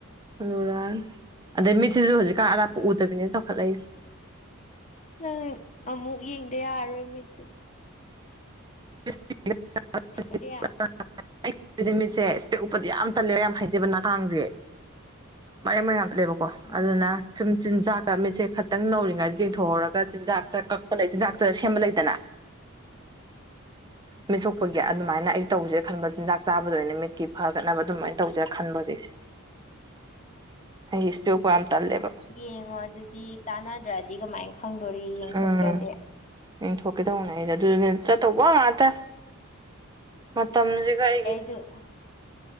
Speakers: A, on the right (about 20°); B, on the left (about 35°).
A: ꯑꯂꯨꯔꯥꯅꯤ ꯑꯗꯩ ꯃꯤꯠꯁꯤꯁꯨ ꯍꯧꯖꯤꯛꯀꯥꯟ ꯑꯔꯥꯞꯄ ꯎꯗꯕꯤꯅꯤꯅ ꯇꯧꯈꯠꯂꯛꯏꯁꯦ
B: ꯅꯪ ꯑꯃꯨꯛ ꯌꯦꯡꯗ ꯌꯥꯔꯔꯣꯏ ꯃꯤꯠꯇꯨ
A: <unintelligible>
B: ꯀꯔꯤ
A: ꯑꯩꯃꯤꯠꯁꯦ ꯏꯁꯄꯦꯛ ꯎꯞꯄꯗꯤ ꯌꯥꯝ ꯇꯜꯂꯦꯕ ꯌꯥꯝ ꯍꯩꯇꯦꯕ ꯅꯥꯈꯥꯡꯁꯦ ꯃꯔꯦꯡ ꯃꯔꯦꯡ ꯌꯥꯝ ꯆꯠꯂꯦꯕꯀꯣ
B: ꯎꯝ
A: ꯑꯗꯨꯅ ꯆꯨꯝ ꯆꯤꯟꯖꯥꯛꯇ ꯃꯤꯠꯁꯦ ꯈꯛꯇꯪ ꯅꯧꯔꯤꯉꯩꯗ ꯌꯦꯡꯊꯣꯛꯍꯧꯔꯒ ꯆꯤꯟꯖꯥꯛꯇ ꯀꯛꯄ ꯂꯩ ꯆꯤꯟꯖꯥꯛꯇ ꯁꯦꯝꯕ ꯂꯩꯗꯅ
B: ꯎꯝ
A: ꯃꯤꯠꯁꯣꯛꯄꯒꯤ ꯑꯗꯨꯃꯥꯏꯅ ꯑꯩ ꯇꯧꯁꯦ ꯈꯟꯕ ꯆꯤꯟꯖꯥꯛ ꯆꯥꯕꯗ ꯑꯣꯏꯅ ꯃꯤꯠꯀꯤ ꯐꯒꯠꯅꯕ ꯑꯗꯨꯃꯥꯏꯅ ꯇꯧꯁꯦ ꯈꯟꯕ ꯍꯧꯖꯤꯛꯁꯦ ꯑꯩ ꯏꯁ꯭ꯄꯦꯛ ꯎꯞꯄ ꯌꯥꯝ ꯇꯜꯂꯦꯕ
B: ꯌꯦꯡꯉꯣ ꯑꯗꯨꯗꯤ ꯇꯥꯟꯅꯗ꯭ꯔꯗꯤ ꯀꯃꯥꯏ ꯈꯪꯗꯣꯔꯤ ꯌꯦꯡꯊꯣꯛꯇ꯭ꯔꯗꯤ
A: ꯎꯝ ꯌꯦꯡꯊꯣꯛꯀꯦ ꯇꯧꯕꯅꯦ ꯑꯩꯁꯦ ꯑꯗꯨꯗꯨꯅꯦ ꯆꯠꯇꯧꯕ ꯉꯥꯛꯇ ꯃꯇꯝꯁꯤꯒ ꯑꯩꯒꯤ
B: <unintelligible>